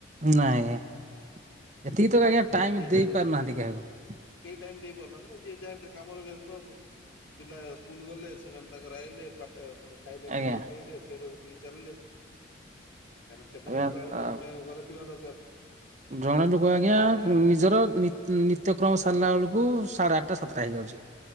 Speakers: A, on the right; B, on the left.
A: ନାଇଁ ଏତିକି ତ ଆଜ୍ଞା
B: ମାନେ
A: ଟାଇମ
B: ଯିଏ ଯାହାର
A: ଦେଇ ପାରୁନାହାନ୍ତି କାହାକୁ।
B: କେହି ଟାଇମ ଦେଇ ପାରୁନାହାନ୍ତି ନା ଯିଏ ଯାହା କାମରେ ବ୍ୟସ୍ତ ହବ ପିଲା ସ୍କୁଲ ଗଲେ ସେମାନେ ତାଙ୍କର ଆଇଲେ ଖାଇଲେ
A: ଆଜ୍ଞା
B: ପିଇଲେ ଶୋଇଲେ ଫେର ଉଠ ଟିକେ ଚାଲିଲେ କାହିଁକିନା, ସେମାନେ
A: ଆଜ୍ଞା
B: ଉଠିଲା ବେଳକୁ ଆମେ ଘରେ ଥିବା ଦରକାର।
A: ଜଣେ ଲୋକ ଆଜ୍ଞା
B: କି ଆମେ ରା
A: ନିଜର ନିତ୍ୟ ନିତ୍ୟକ୍ରମ ସାରିଲା ବେଳକୁ ସାଢେ ଆଠ ସାତଟା ହେଇଯାଉଛି।